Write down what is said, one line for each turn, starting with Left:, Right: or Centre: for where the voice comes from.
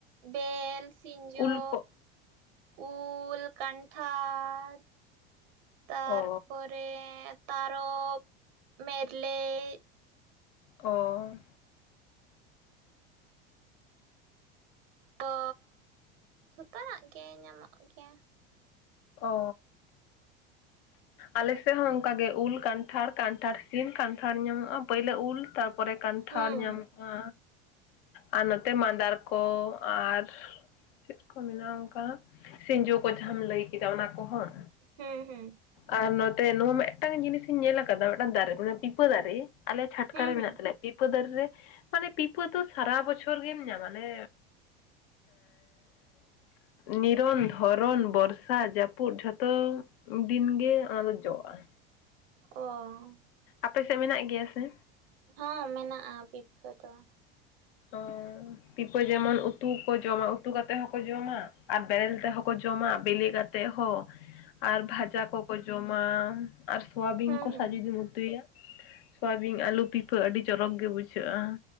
Right: ᱵᱮᱞ, ᱥᱤᱸᱡᱚ᱾
Left: ᱩᱞ ᱠᱚ
Right: ᱩᱞ, ᱠᱟᱱᱴᱷᱟᱲ, ᱛᱟᱨᱯᱚᱨᱮ
Left: ᱚ
Right: ᱛᱟᱨᱚᱚᱵᱽ, ᱢᱮᱨᱞᱮᱡ,
Left: ᱚ᱾
Right: ᱛᱚ ᱡᱚᱛᱚᱱᱟᱜ ᱜᱮ ᱧᱟᱢᱚᱜ ᱜᱮᱭᱟ᱾
Left: ᱚᱻ᱾ ᱟᱞᱮᱥᱮᱫ ᱦᱚᱸ ᱚᱱᱠᱟ ᱜᱮ ᱩᱞ ᱠᱟᱱᱴᱷᱟᱲ ᱠᱟᱱᱴᱷᱟᱲ ᱥᱤᱢ ᱠᱟᱱᱴᱷᱟᱲ ᱧᱟᱢᱚᱜᱼᱟ ᱯᱟᱹᱭᱞᱟᱹ ᱩᱞ᱾ ᱛᱟᱨᱯᱚᱨᱮ ᱠᱟᱱᱴᱷᱟᱲ
Right: ᱦᱩᱸ
Left: ᱧᱟᱢᱚᱜᱼᱟ᱾ ᱟᱨ ᱱᱚᱛᱮ ᱢᱟᱸᱫᱟᱲ ᱠᱚ᱾ ᱟᱨ ᱪᱮᱫ ᱠᱚ ᱢᱮᱱᱟᱜᱼᱟ ᱚᱱᱠᱟ, ᱥᱤᱸᱡᱚ ᱠᱚ ᱡᱟᱦᱟᱸᱢ ᱞᱟᱹᱭ ᱠᱮᱫᱟ ᱚᱱᱟ ᱠᱚᱦᱚᱸ?
Right: ᱦᱮᱸ ᱦᱮᱸ᱾
Left: ᱟᱨ ᱱᱚᱛᱮ ᱱᱚᱣᱟ ᱢᱤᱫᱴᱟᱝ ᱡᱤᱱᱤᱥᱤᱧ ᱧᱮᱞ ᱟᱠᱟᱫᱟ ᱢᱤᱫᱴᱟᱝ ᱫᱟᱨᱮ ᱚᱱᱮ ᱯᱤᱯᱟᱹ ᱫᱟᱨᱮ᱾ ᱟᱞᱮ ᱪᱷᱟᱴᱠᱟ
Right: ᱦᱩᱸ
Left: ᱨᱮ
Right: ᱦᱩᱸ᱾
Left: ᱢᱮᱱᱟᱜ ᱛᱟᱞᱮᱭᱟ᱾ ᱯᱤᱯᱟᱹ ᱫᱟᱨᱮ ᱨᱮ ᱢᱟᱱᱮ ᱯᱤᱯᱟᱹ ᱫᱚ ᱥᱟᱨᱟ ᱵᱚᱪᱷᱚᱨ ᱜᱮᱢ ᱧᱟᱢᱟ ᱱᱮ᱾ ᱱᱤᱨᱚᱱ, ᱫᱷᱚᱨᱚᱱ, ᱵᱚᱨᱥᱟ, ᱡᱟᱹᱯᱩᱫ ᱡᱷᱚᱛᱚ᱾ ᱫᱤᱱᱜᱮ ᱚᱱᱟᱫᱚ ᱡᱚᱜᱼᱟ᱾
Right: ᱚ᱾
Left: ᱟᱯᱮ ᱥᱮᱫ ᱢᱮᱱᱟᱜ ᱜᱮᱭᱟ ᱥᱮ᱾
Right: ᱦᱚᱸ ᱢᱮᱱᱟᱜᱼᱟ ᱯᱤᱯᱷᱟᱹ ᱫᱚ
Left: ᱟᱨ ᱯᱤᱯᱟᱹ ᱡᱮᱢᱚᱱ ᱩᱛᱩ ᱠᱚ ᱡᱚᱢᱟ ᱩᱛᱩ ᱠᱟᱛᱮ ᱦᱚᱸᱠᱚ ᱡᱚᱢᱟ ᱟᱨ ᱵᱮᱨᱮᱞ ᱛᱮᱦᱚᱸᱠᱚ ᱡᱚᱢᱟ ᱵᱤᱞᱤ ᱠᱟᱛᱮ ᱛᱮ ᱦᱚᱸ ᱟᱨ ᱵᱷᱟᱡᱟ ᱠᱚᱠᱚ ᱡᱚᱢᱟ ᱟᱨ ᱥᱳᱣᱟᱵᱤᱱ
Right: ᱦᱩᱸ
Left: ᱠᱚ
Right: ᱦᱩᱸ᱾
Left: ᱥᱟᱶ ᱡᱩᱫᱤ ᱩᱛᱩᱭᱟ ᱥᱚᱣᱟᱵᱤᱱ ᱟᱹᱞᱩ ᱯᱤᱯᱷᱟᱹ ᱟᱹᱰᱤ ᱪᱚᱨᱚᱠ ᱜᱮ ᱵᱩᱡᱷᱟᱹᱜᱼᱟ